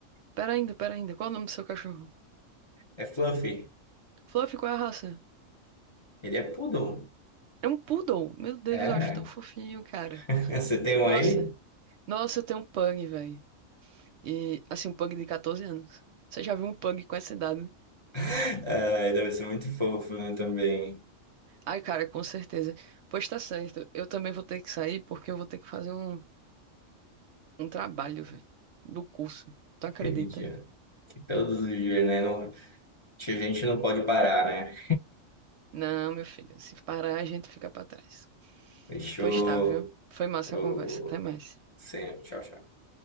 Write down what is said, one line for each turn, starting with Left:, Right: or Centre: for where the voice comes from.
Right: pera ainda, pera ainda, qual é o nome do seu cachorro?
Left: É Fluffy.
Right: Fluffy, qual é a raça?
Left: Ele é poodle.
Right: É um poodle. Meu Deus,
Left: É.
Right: eu acho tão fofinho, cara.
Left: <laughs> Você tem um
Right: Nossa,
Left: aí?
Right: nossa, eu tenho um pug, velho. E, assim, um pug de 14 anos. Você já viu um pug com essa idade?
Left: <laughs> Ah, ele deve ser muito fofo, né, também.
Right: Ai, cara, com certeza. Pois tá certo, eu também vou ter que sair porque eu vou ter que fazer um, um trabalho, velho, do curso. Tu acredita?
Left: Aquele dia. Que todos os dias, né? Não, a gente não pode parar, né?
Right: Não, meu filho, se parar, a gente fica pra trás.
Left: Fechou.
Right: Pois tá, viu? Foi massa
Left: Falou.
Right: a conversa. Até mais.
Left: Sempre. Tchau, tchau.